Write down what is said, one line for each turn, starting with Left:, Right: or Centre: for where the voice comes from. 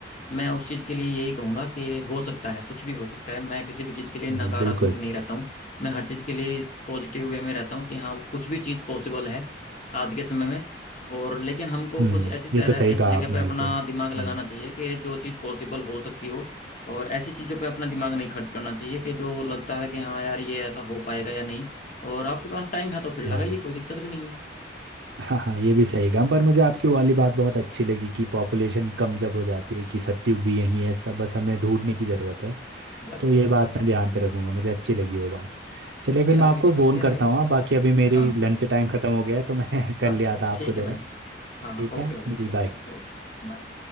Left: मैं उस चीज़ के लिए यही कहूँगा कि हो सकता है कुछ भी हो सकता है मैं किसी भी चीज़ के लिए नकारात्मक
Right: में जी बिल्कुल
Left: नहीं रहता हूँ मैं हर चीज़ के लिए पॉजिटिव वे में रहता हूँ कि हाँ कुछ भी चीज़ पॉसिबल है आज के समय में और लेकिन हमको
Right: हम्म
Left: कुछ ऐसी तरह
Right: ये तो सही
Left: ऐसी
Right: कहा
Left: जगह
Right: आपने
Left: पे अपना
Right: बिल्कुल
Left: दिमाग लगाना
Right: हम्म
Left: चाहिए कि जो चीज़ पॉसिबल हो सकती हो और ऐसी चीज़ों पे अपना दिमाग नहीं खर्च करना चाहिए कि जो लगता है कि हाँ यार ये ऐसा हो पाएगा या नहीं और आपके पास टाइम है तो फिर लगाइए
Right: हाँ
Left: कोई दिक्कत भी नहीं है
Right: हाँ हाँ ये भी सही कहा पर मुझे आपकी वाली बात बहुत अच्छी लगी कि पॉपुलेशन कम जब हो जाती है कि सत्युग भी यहीं है सब बस हमें ढूंढने की ज़रूरत है
Left: बस
Right: तो ये
Left: बस
Right: बात
Left: बस
Right: मैं ध्यान पे रखूंगा मुझे अच्छी लगी वो बात चलिए फिर
Left: चलिए
Right: मैं आपको
Left: ठीक
Right: फ़ोन
Left: है
Right: करता
Left: भाई
Right: हूँ हाँ, बाकी अभी मेरी
Left: हाँ
Right: लंच टाइम ख़त्म हो गया है तो मैंने <laughs> कर
Left: अच्छा
Right: लिया
Left: अच्छा
Right: था आपको
Left: ठीक
Right: ज़रा
Left: है भाई हाँ
Right: ठीक
Left: ओके
Right: है
Left: भाई
Right: जी
Left: ओके
Right: बाय
Left: ओ बाय